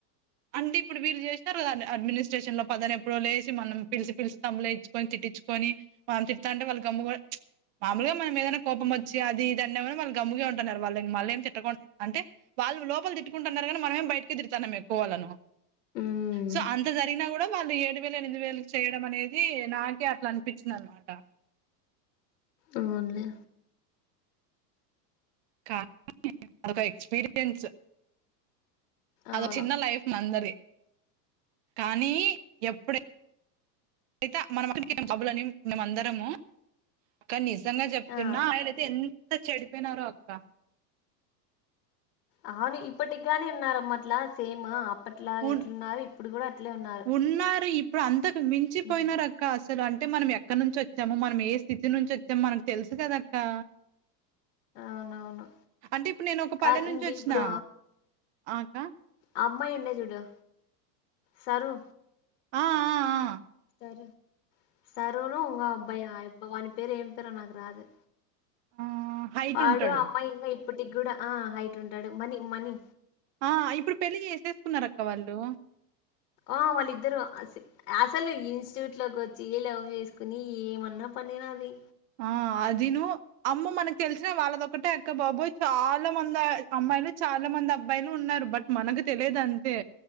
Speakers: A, on the right; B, on the left.
A: అంటె ఇప్పుడు వీళ్ళు చేశ్నారు గదా అన్ అడ్మినిస్ట్రేషన్ లో పదనెప్పుడో లేసి మనం పిలిషి పిలిషి తంబులేయిచుకొని తట్టించుకొని <unintelligible> వాళ్ళు <unintelligible> మామూలుగా మనం ఏదైన కోపం వచ్చి అది ఇది అన్నాగని వాళ్ళు గమ్ముగే ఉంటున్నారు వాళ్ళని మళ్ళేం తిట్టకొనద్దు అంటే వాళ్ళు లోపల తిట్టుకుంటున్నారు గని మనమేం బయటకే తిడుతానం ఎక్కువ వాళ్ళను
B: మ్
A: సో అన్ త జరిగినా గూడ వాళ్ళు ఏడు వేలు ఎనిమిది వేలు చేయడం అనేది నాకే అట్ల అనిపించింది అనమాట
B: అవున్లే
A: కానీ అదొక ఎక్స్పీరియన్స్
B: అవును
A: అదొ చిన్న లైఫ్ అందరియి కానీ ఎప్పుడై అయితె మన <inaudible> జాబులని మేము అందరము అక్క నిజంగ చెప్తున్నా
B: ఆ
A: యిలైతే ఎంత చెడిపోయినారో అక్క
B: అవును ఇప్పటి గానీ ఉన్నారు అమ్మ అట్లా సేమ్ అప్పట్లా
A: ఉ
B: ఎట్లున్నారు ఇప్పుడు గూడ అట్లే ఉన్నారు
A: ఉన్నారు ఇప్పుడు అంతకు మించిపోయినారు
B: మ్
A: అక్క అస్ సలు అంటే మనం ఎక్కడ నుంచి వచ్చాము మనం ఏ స్థితి నుంచి వచ్చామొ మనకు తెలుసు కదక్కా
B: అవునవును
A: అంటె ఇప్పుడు నేను ఒక
B: కా
A: పల్లె నుంచి
B: ఇంక
A: వచ్చినా
B: ఇప్పుడు
A: ఆ అక్కా
B: ఆ అమ్మాయి ఉండే జూడు సర్వ్
A: ఆ ఆ ఆ
B: తరు సరును ఉంగో అబ్బాయి ఆ యబ్బ వాని పేరు ఏం పేరొ నాకు రాదు
A: ఆ హైట్
B: వాడు
A: ఉంటాడు
B: ఆ అమ్మాయి ఇంగ ఇప్పటికి గూడ ఆ హైట్ ఉంటడు మని మని
A: ఆ ఇప్పుడు పెళ్ళి చేసేసుకున్నరక్క వాళ్ళు
B: ఆ వాళ్ళిద్దరు అ సి ఆసలు ఇన్స్టిట్యూట్ లోకి వచ్చి లవ్ చేసుకుని ఏమన్నా పనినా అది
A: ఆ అదిను అమ్మో మనకు తెలిసిన వాళ్ళదొకటే అక్క బాబోయ్ చాలా మంది అ అమ్మాయిలు చాలా మంది అబ్బాయిలు ఉన్నారు బట్ మనకు తెలియదంతే